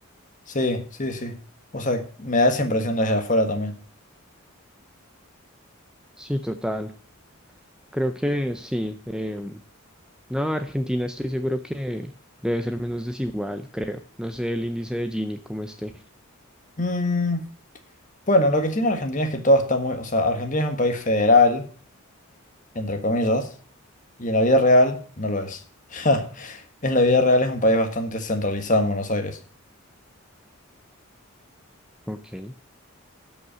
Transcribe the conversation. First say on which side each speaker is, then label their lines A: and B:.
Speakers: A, on the left (about 35°); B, in the centre.
A: Sí, sí, sí. O sea, me da esa impresión desde afuera también.
B: Sí, total. Creo que sí. em, no, Argentina estoy seguro que debe ser menos desigual, creo. No sé el índice de Gini cómo esté.
A: Mm, bueno, lo que tiene Argentina es que todo está muy... O sea, Argentina es un país federal, entre comillas, y en la vida real no lo es. <laughs> En la vida real es un país bastante centralizado en Buenos Aires.
B: Ok.